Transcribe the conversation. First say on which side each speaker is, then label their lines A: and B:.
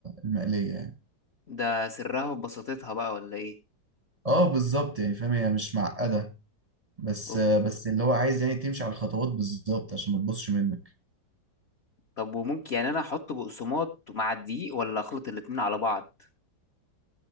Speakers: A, on the right (about 30°); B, on the left (about 45°).
A: المقلية يعني
B: ده سرها في بساطتها بقى ولا ايه
A: اه بالظبط يعني فاهم هي مش معقدة بس
B: أوب.
A: بس اللي هو عايز يعني تمشي على الخطوات بالظبط عشان ما تبصش منك
B: طب وممكن يعني انا احط بقسماط مع الدقيق ولا اخلط الاتنين على بعض